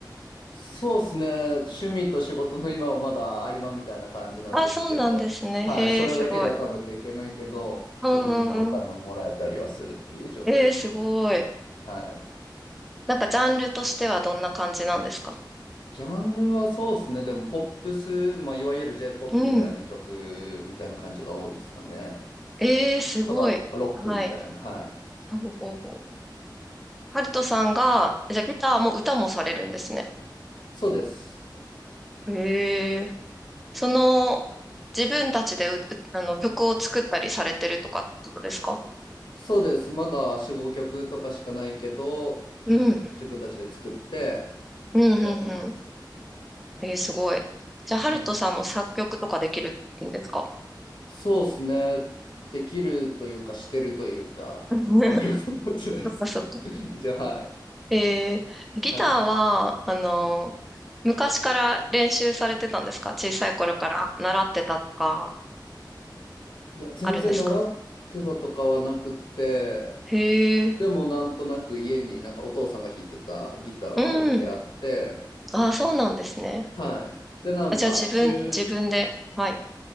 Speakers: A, on the left; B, in the centre.
A: そうですね。趣味と仕事の今はまだ合間みたいな感じなんですけど、
B: あ、そうなんですね。
A: はい。
B: へえ、
A: それだけじゃ食べていけないけど、
B: すごい。うんうんうん。
A: ちょっとずつお金をもらえたりはするっていう状態ですね。
B: ええすごい。
A: はい。
B: なんかジャンルとしてはどんな感じなんですか
A: ジャンルはそうですね。でも、ポップス、まあ、いわゆる J-POP
B: うん。
A: みたいな曲みたいな感じが多いですかね。
B: ええすごい。
A: とか、ロックみたいな。
B: はい。
A: はい。
B: ほうほうほう。ハルトさんが、じゃあギターも歌もされるんですね。
A: そうです。
B: へえ。その、自分たちでう、うあの、曲を作ったりされてるとかってことですか
A: そうです。まだ4、5曲とかしかないけど、
B: うん。
A: 自分たちで作って
B: うん、うん、
A: やってます。
B: うん。ええすごい。じゃあ、ハルトさんも作曲とかできるんですか
A: はい。そうですね。できるというか、してるというか、
B: <laughs>
A: あんまり分かってないですけど。
B: そっかそっか。
A: <laughs> 一応、はい。
B: えー、ギターは、
A: はい。
B: あの、昔から練習されてたんですか小さい頃から習ってたとか、
A: いや、全然習ってたとかはなくて、
B: あるんですかへえ、
A: でもなんとなく家になんかお父さんが弾いてたギターは置いてあって、
B: うん。ああ、そうなんですね。
A: はい。で、なんか中、
B: あじゃあ自分、自分で、はい。